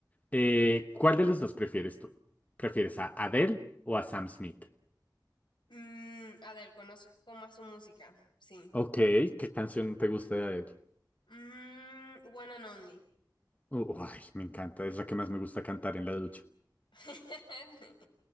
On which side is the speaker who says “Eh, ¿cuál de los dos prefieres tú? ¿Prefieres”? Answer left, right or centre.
Left